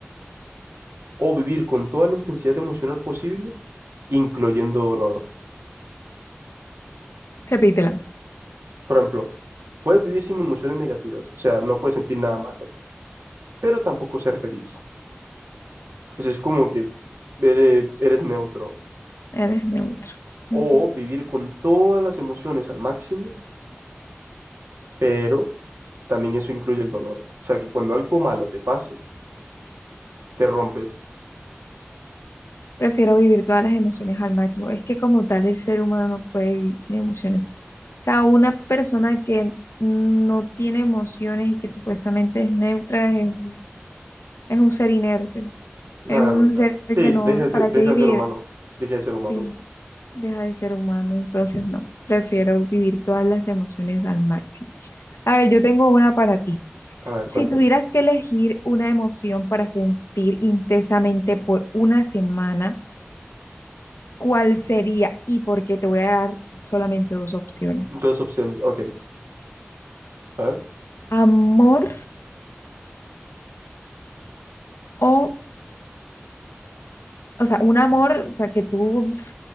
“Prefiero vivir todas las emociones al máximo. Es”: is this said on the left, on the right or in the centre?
Left